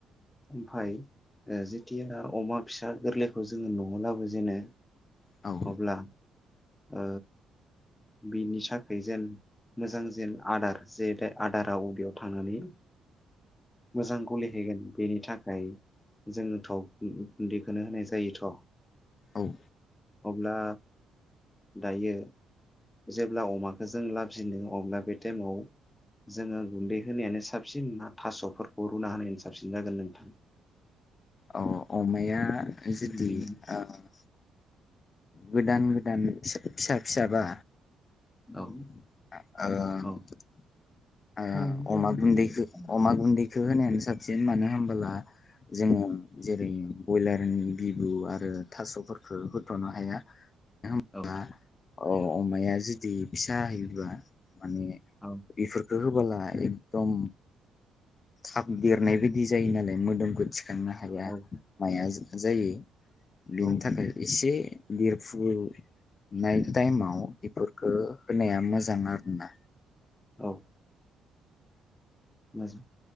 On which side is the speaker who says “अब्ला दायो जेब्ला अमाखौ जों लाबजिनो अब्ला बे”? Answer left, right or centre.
Left